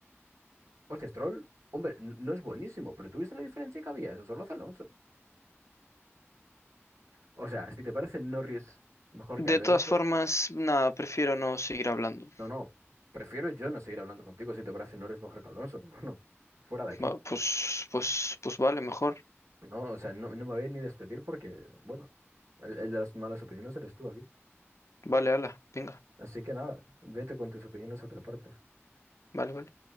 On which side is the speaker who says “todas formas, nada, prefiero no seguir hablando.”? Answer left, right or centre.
Left